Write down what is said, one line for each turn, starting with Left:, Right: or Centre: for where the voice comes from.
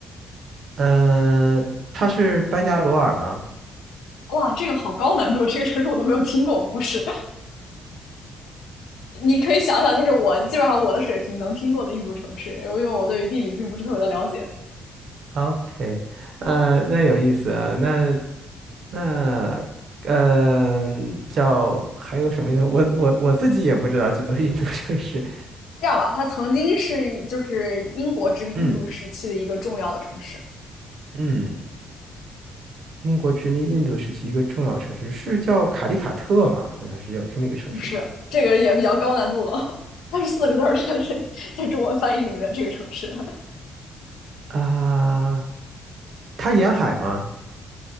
Right: 呃，它是班加罗尔吗
Left: 哇，这个好高难度，这个城市我都没有听过。不是，<laughs> 你可以想想，就是我基本上我的水平能听过的印度城市，因为我对于地理并不是特别的了解。
Right: ？OK，呃，那有意思啊，那那。嗯，叫还有什么印度？我我我自己也不知道几座印度城市。
Left: 这样吧，它曾经是就是英国殖民印度时期的一个重要的城市，
Right: 嗯嗯，英国殖民印度时期一个重要城市是叫卡利卡特嘛？好像是有这么一个城市吧。
Left: 不是，这个也比较高难度了。<laughs> 它是四个字儿的，<laughs> 在中文翻译里面，这个城市。
Right: 啊，它沿海吗？